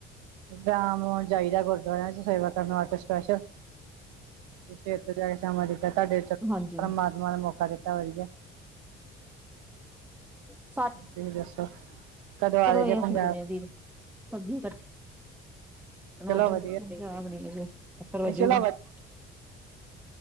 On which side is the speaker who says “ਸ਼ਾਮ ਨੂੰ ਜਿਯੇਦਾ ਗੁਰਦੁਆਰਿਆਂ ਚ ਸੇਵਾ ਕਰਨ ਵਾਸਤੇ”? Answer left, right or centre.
Right